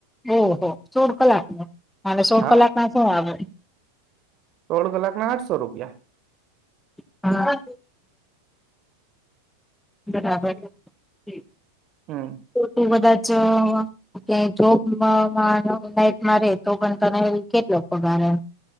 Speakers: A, in the centre; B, on the right.
A: ઓહો સોળ કલાક ન અને સોળ
B: હા
A: કલાક ના શું આવે
B: સોળ કલાકના આઠસો રૂપિયા
A: હા બરાબર હમ
B: હમ
A: તો તું કધાચ જે જોબ માં રે નાઇટ તો પણ તને કેટલો પગાર